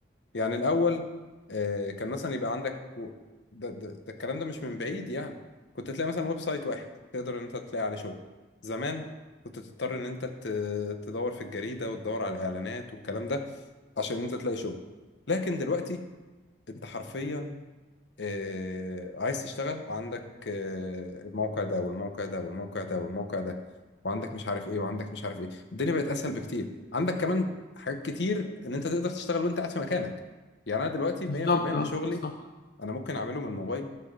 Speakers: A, on the left; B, on the left.
A: يعني الأول آه، كان مثلا يبقى عندك و- ده, ده, ده الكلام ده مش من بعيد يعني كنت تلاقي مثلا ويب سايت واحد تقدر إن أنت تلاقي عليه شغل زمان كنت تضطر إن أنت ت- تدور في الجريدة وتدور على الإعلانات والكلام ده عشان أنت تلاقي شغل لكن دلوقتي أنت حرفيا آه، عايز تشتغل عندك آه، الموقع ده والموقع ده والموقع ده والموقع ده وعندك مش عارف ايه وعندك مش عارف ايه الدنيا بقت اسهل بكتير عندك كمان حاجات كتير ان انت تقدر تشتغل وانت قاعد في مكانك يعني انا دلوقتي 100%
B: بالظبط
A: من
B: اه
A: شغلي
B: بالظبط
A: انا ممكن اعمله من الموبايل